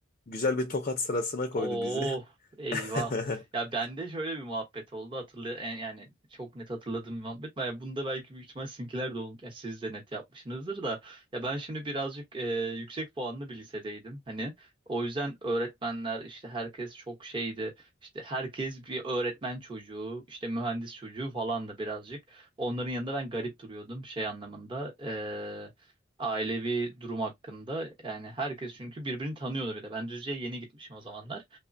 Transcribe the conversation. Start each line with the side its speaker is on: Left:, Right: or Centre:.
Left: güzel bir tokat sırasına koydu
Right: Oo
Left: bizi.
Right: eyvah.
Left: <laughs>
Right: Ya bende şöyle bir muhabbet oldu hatırlı en- yani çok net hatırladığım bir muhabbet. Yani bunda belki büyük ihtimal sizinkiler de olmuş. Yani siz de net yapmışsınızdır da. Ya ben şimdi birazcık e, yüksek puanlı bir lisedeydim. Hani o yüzden öğretmenler işte herkes çok şeydi. İşte herkes bir öğretmen çocuğu, işte mühendis çocuğu falan da birazcık. Onların yanında ben garip duruyordum şey anlamında. E, ailevi durum hakkında. Yani herkes çünkü birbirini tanıyordu bir de. Ben Düzce'ye yeni gitmişim o zamanlar.